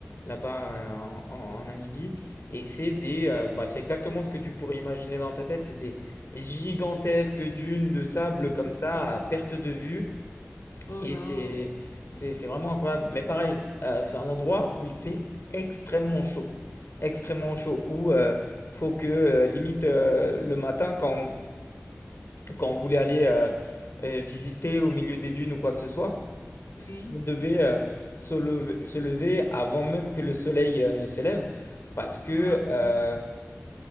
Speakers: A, on the left; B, on the left.
A: là-bas euh, en, en- en Namibie. Et c'est des, euh, bah, c'est exactement ce que tu pourrais imaginer dans ta tête. C'est des gigantesques dunes de sable comme
B: c'est
A: ça
B: ça.
A: à perte de vue.
B: Oh
A: Et
B: là,
A: c'est, c'est, c'est vraiment incroyable. Mais pareil, euh, c'est un endroit où il fait extrêmement chaud. Extrêmement chaud. Où euh, faut que, euh, limite, euh, le matin, quand, quand on voulait aller euh, euh, visiter au milieu des dunes ou quoi que ce soit,
B: oui.
A: on devait euh, se lever, se lever avant même que le soleil euh, ne se lève. Parce que
B: Waouh,
A: euh,